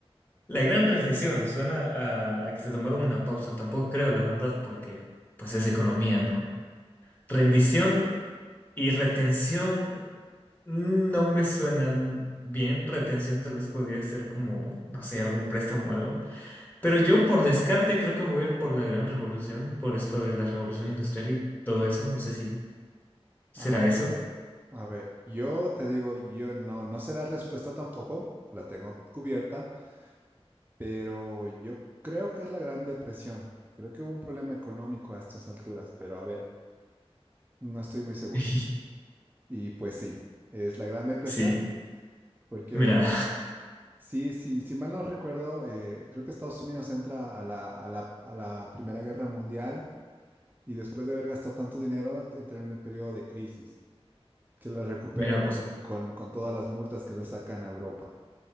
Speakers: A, on the left; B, on the right.
A: La Gran Recesión suena a, a que se tomaron una pausa, tampoco creo, la verdad, porque pues es economía, ¿no? Rendición y retención no me suenan bien. Retención tal vez podría ser como, no sé, algún préstamo o algo. Pero yo por descarte creo que me voy a ir por la gran revolución, por esto de la revolución industrial y todo eso. No sé si será
B: A
A: eso.
B: ver. A ver, yo te digo, yo no, no sé la respuesta tampoco, la tengo cubierta, pero yo creo que es la Gran Depresión, porque creo que hubo un problema económico a estas alturas, pero a ver, no estoy muy seguro.
A: <laughs>
B: Y pues sí, es la Gran Depresión,
A: Sí,
B: porque
A: mira,
B: sí, sí, si mal no recuerdo, eh, creo que Estados Unidos entra a la, a la, a la Primera Guerra Mundial y después de haber gastado tanto dinero, entra en un periodo de crisis, que la recupera
A: <laughs> mira,
B: con,
A: pues,
B: con, con todas las multas que le sacan a Europa.